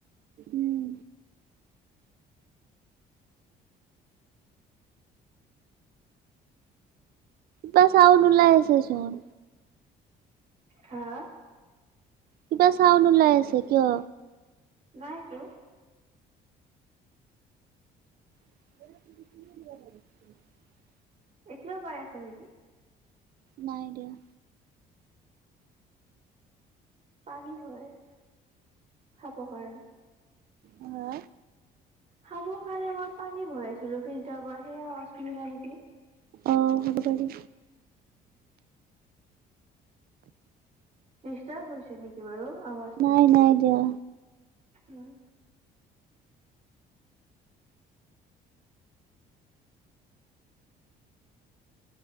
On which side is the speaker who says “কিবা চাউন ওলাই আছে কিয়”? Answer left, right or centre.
Right